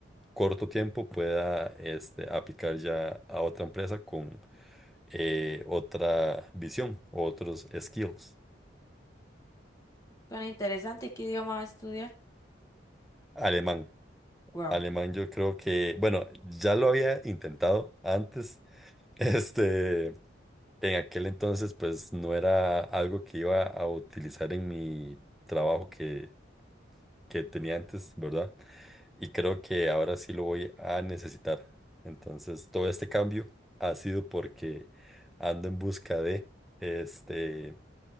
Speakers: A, in the centre; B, on the left.
A: corto tiempo pueda este, aplicar ya a otra empresa con eh, otra visión, otros skills.
B: Suena interesante. ¿Y qué idioma vas a estudiar?
A: Alemán.
B: Wow.
A: Alemán, yo creo que, bueno, ya lo había intentado antes. <laughs> Este, en aquel entonces, pues no era algo que iba a utilizar en mi trabajo que, que tenía antes, ¿verdad? Y creo que ahora sí lo voy a necesitar. Entonces, todo este cambio ha sido porque ando en busca de, este,